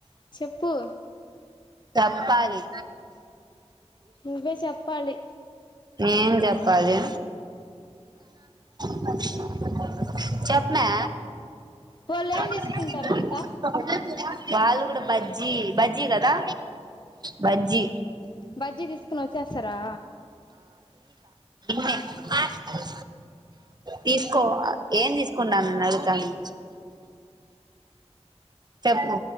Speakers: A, on the left; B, on the right.
A: చెప్పూ
B: చెప్పాలి
A: నువ్వే చెప్పాలి
B: ఏం జెప్పాలి <inaudible> చెప్ప్మా
A: వాళ్ళు ఏం
B: <inaudible>
A: తీసుకుంటారంట
B: వాళ్ళు గూడా బజ్జి బజ్జీ గదా బజ్జి
A: బజ్జీ దీసుకొని వచ్చేస్తారా
B: మే హాస్టల్ తీసుకో ఏం దీసుకుంటానని అడుగుతాంది చెప్పు